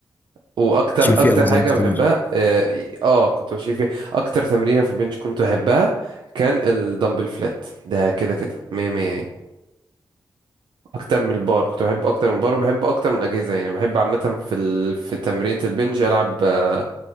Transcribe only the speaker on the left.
تشيل فيه
اوزان
كتير